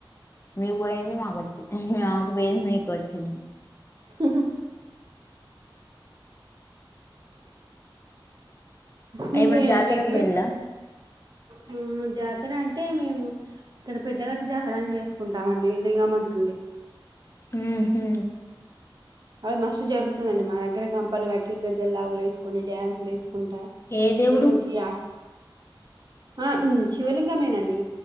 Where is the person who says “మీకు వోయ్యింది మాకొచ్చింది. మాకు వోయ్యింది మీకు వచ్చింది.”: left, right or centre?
Left